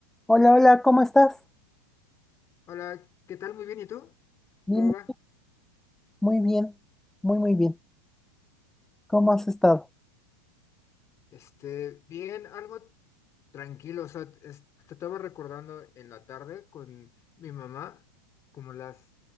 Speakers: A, in the centre; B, on the left.
A: Hola, hola, ¿cómo estás?
B: Hola, ¿qué tal? Muy bien, ¿y tú?
A: Bien,
B: ¿Cómo va?
A: muy bien, muy, muy bien. ¿Cómo has estado?
B: Este, bien, algo tranquilo, o sea, es- te estaba recordando en la tarde con mi mamá como las,